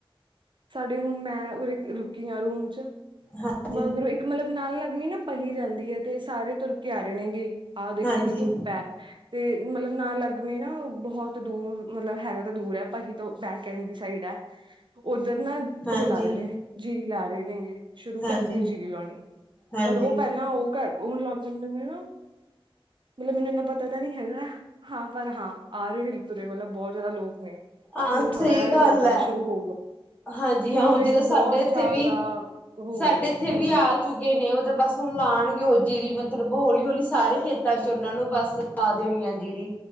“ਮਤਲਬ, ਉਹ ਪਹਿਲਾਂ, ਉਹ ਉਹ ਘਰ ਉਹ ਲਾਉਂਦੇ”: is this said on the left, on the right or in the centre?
Right